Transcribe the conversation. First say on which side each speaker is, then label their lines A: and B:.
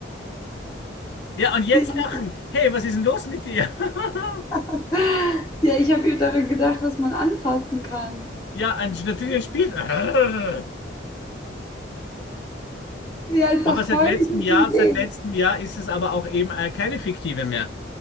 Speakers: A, on the left; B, on the left.
A: Ja, und jetzt
B: <laughs>
A: lachen. Hey, was ist denn los mit dir? <laughs>
B: <laughs> Ja, ich habe daran gedacht, was man anfassen kann.
A: Ja, ein, natürlich ein Spiel. <laughs> Aber
B: Ja, ist doch
A: seit
B: voll
A: letztem
B: die gute
A: Jahr,
B: Idee.
A: seit letztem Jahr ist es aber auch eben äh, keine fiktive mehr.